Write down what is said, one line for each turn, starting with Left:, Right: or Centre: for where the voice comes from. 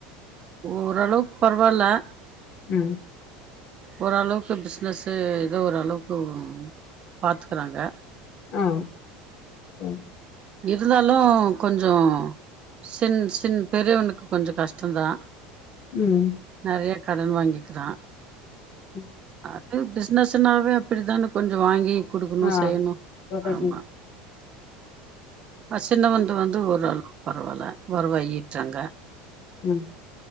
Right: ஓரளவுக்கு பரவால
Left: ம்
Right: ஓரளவுக்கு பிஸ்னஸ்ஸு ஏதோ ஓரளவுக்கு பாத்துக்குறாங்க
Left: ஆ செர்
Right: இருந்தாலு கொஞ்ஜோ சின் சின் பெரியவனுக்கு கொஞ்ஜோ கஷ்டொந்தா
Left: ம்
Right: நெறையா கடன் வாங்கிக்றா
Left: ம்
Right: அது பிஸ்னஸ்ஸுனாவே அப்டி தான கொஞ்சோ வாங்கி குடுக்கனு
Left: ஆ
Right: செய்யனு
Left: ரொட்டேஷன்
Right: ஆமா அ சின்னவன்து வந்து ஓரளவுக்கு பரவால்ல ஒறவாய்டாங்க
Left: ம்